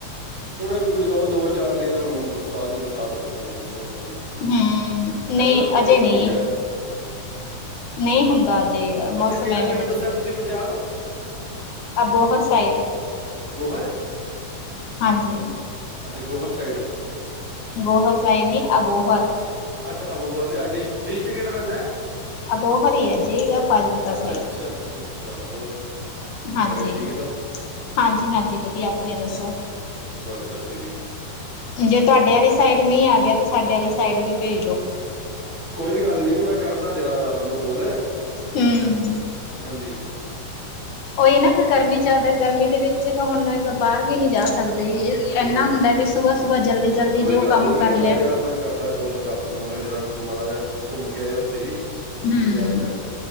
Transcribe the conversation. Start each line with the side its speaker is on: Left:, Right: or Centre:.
Right: ਹੁਣੇ ਰੁਕ ਜੋ ਦੋ, ਚਾਰ ਦਿਨ ਹੁਣ ਬਰਸਾਤ ਹੀ ਬਰਸਾਤ ਹੋ ਜਾਣੀ ਹੈ। ਜਿੰਨੀ ਮਰਜ਼ੀ
Left: ਹੂੰ, ਨਹੀਂ
Right: ਇਧਰ ਤੇ ਪਾਣੀ
Left: ਅਜੇ
Right: ਪਾਣੀ
Left: ਨਹੀਂ,
Right: ਹੋ ਗਿਆ।
Left: ਨਹੀਂ ਹੁੰਦਾ ਅਜੇ ਮੌਸਮ
Right: ਅੱਛਾ, ਕਿਹੜਾ
Left: ਐਵੇਂ
Right: ਪਿੰਡ
Left: ਦਾ
Right: ਦੱਸਿਆ
Left: ਚ
Right: ਤੁਸੀ? ਪੰਜਾਬ
Left: ਅਬੋਹਰ ਸਾਈਡ।
Right: ਗੋਹਰ
Left: ਹਾਂਜੀ।
Right: ਅੱਛਾ, ਗੋਹਰ ਸਾਈਡ।
Left: ਗੋਹਰ ਸਾਈਡ ਨੀ ਅਬੋਹਰ
Right: ਅੱਛਾ, ਅਬੋਹਰ ਡਿ ਡਿਸਿਟ ਕਿਹੜਾ ਪੈਦਾ?
Left: ਅਬੋਹਰ ਐ ਜੀ, ਆ ਫਾਜ਼ਿਲਕਾ
Right: ਅੱਛਾ,
Left: ਸਾਈ
Right: ਅੱਛਾ, ਅੱਛਾ, ਅੱਛਾ ਹੋਰ
Left: ਹਂਜੀ,
Right: ਘਰੇ ਠੀਕ ਹੈ ਸਭ?
Left: ਹਂਜੀ, ਹਂਜੀ ਵਧੀਆਤੁਸੀ ਅਪਨੇ ਦੱਸੋ।
Right: ਬਸ ਅਸੀ।
Left: ਜੇ ਤੁਹਾਡੇ ਆਲੀ ਸਾਈਡ ਮੀਂਹ ਆ ਗਿਆ ਤੇ ਸਾਡੇ ਆਲੀ ਸਾਈਡ ਵੀ ਭੇਜ ਦੋ।
Right: ਕੋਈ ਗੱਲ ਨਹੀਂ, ਮੈਂ ਕਰਦਾ ਜੇੜਾ ਰੱਬ ਨੂੰ ਕੋਲ।
Left: ਹੂੰ
Right: ਹਾਂਜੀ, ਹੂੰ।
Left: ਔਹੀ ਨਾ ਕਿ ਗਰਮੀ ਜੈ਼ਦਾਐ। ਗਰਮੀ ਦੇ ਵਿੱਚ ਤੇ ਹੁਨ ਆਏਗਾ। ਬਾਹਰ ਵੀ ਨਹੀਂਜਾ ਸਕਦੀ
Right: ਹੂੰ,
Left: ਇੰਨਾ ਹੁੰਦਾ ਵੀ ਸੁਬਾਹ, ਸੁਬਾਹ ਜਲਦੀ, ਜਲਦੀ
Right: ਕੋਈ
Left: ਜੋ
Right: ਗੱਲ
Left: ਕੰਮ
Right: ਨੀ
Left: ਕਰ ਲਿਆ।
Right: ਮੈਂ ਜਰਾ ਹੁਣ ਕਰਦਾ ਕੋਲ ਰੱਬ ਨੂੰ ਮੈਂ ਕਿਹਾ ਜੇੜਾ ਮਾੜਾ ਜਿਹਾ ਘੁੰਮ ਕੇ ਆਏ ਉੱਥੇ ਵੀ
Left: ਹਮ
Right: ਪੰਜਾਬ ਸਾਈਡ।